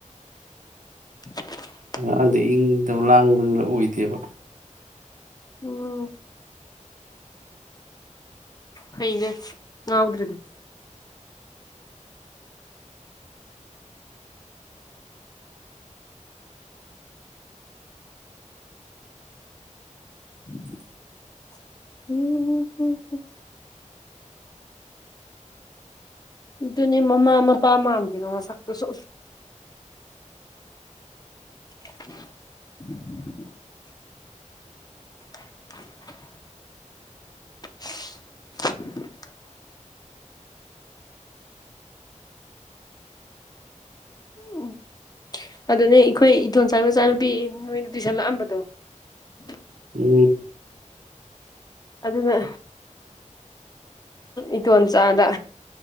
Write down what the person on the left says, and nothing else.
<unintelligible>
ꯎꯝ ꯐꯩꯅꯦ ꯉꯥꯎꯗ꯭ꯔꯤꯗꯨ <unintelligible> ꯑꯗꯨꯅꯦ ꯃꯃꯥ ꯃꯄꯥ ꯃꯥꯟꯗꯦꯕ ꯃꯁꯛꯇꯨꯁꯨ <inaudible> <unintelligible> <unintelligible> ꯎꯝ ꯑꯗꯨꯅꯦ ꯑꯩꯈꯣꯏ ꯏꯟꯗꯣꯝ ꯆꯥꯏ ꯃꯆꯥꯅꯨꯄꯤ ꯅꯣꯏꯗ ꯇꯨꯏꯁꯟ ꯂꯥꯛꯑꯝꯕꯗꯣ <unintelligible>
ꯑꯗꯨꯅ ꯏꯇꯣꯟꯆꯥꯗ